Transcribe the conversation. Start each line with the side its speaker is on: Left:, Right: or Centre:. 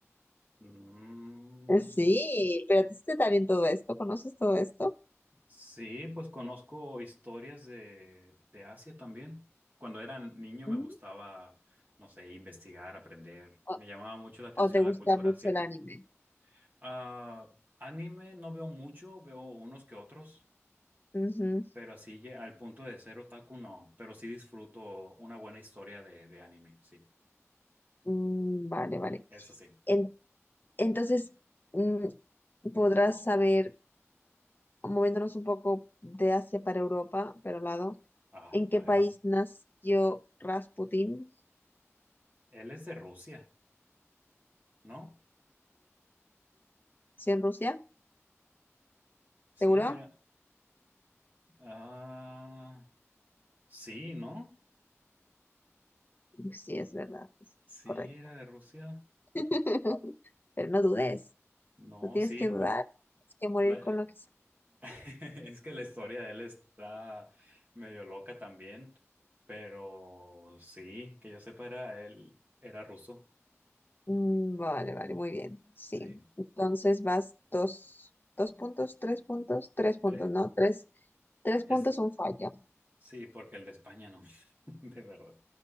Right: Mm,
Left: Eh, Sí, pero a ti sí te está bien todo esto, ¿conoces todo esto?
Right: sí, pues conozco historias de, de Asia también. Cuando era niño me
Left: Mm.
Right: gustaba, no sé, investigar, aprender. Me
Left: ¿O,
Right: llamaba mucho la atención
Left: o te gusta
Right: la cultura
Left: mucho
Right: asiática.
Left: el anime?
Right: Ah, anime no veo mucho, veo unos que otros,
Left: Ujú.
Right: pero así ya al punto de ser otaku no, pero sí disfruto una buena historia de, de anime, sí.
Left: Mm, vale, vale.
Right: Eso sí.
Left: En- entonces, mm, podrás saber, moviéndonos un poco de Asia para Europa, pero al lado,
Right: Ay,
Left: ¿en qué
Right: a ver.
Left: país nació Rasputin?
Right: Él es de Rusia, ¿no?
Left: ¿Sí en Rusia?
Right: Sí,
Left: ¿Seguro?
Right: era. Ah. Sí, ¿no?
Left: Sí, es verdad, es
Right: Sí,
Left: correcto.
Right: era de Rusia.
Left: <laughs> Pero no dudes,
Right: No,
Left: no tienes
Right: sí.
Left: que
Right: pe-
Left: dudar, tienes que morir
Right: la-
Left: con
Right: <laughs>
Left: lo que
Right: es que la historia de él está medio loca también, pero sí, que yo sepa, era él, era ruso.
Left: Mm, Vale, vale, muy bien. Sí.
Right: Sí,
Left: Entonces vas dos, dos puntos, tres puntos, tres puntos,
Right: tres.
Left: ¿no? Tres, tres
Right: Es,
Left: puntos, un fallo.
Right: sí, porque el de España no, <laughs> de verdad.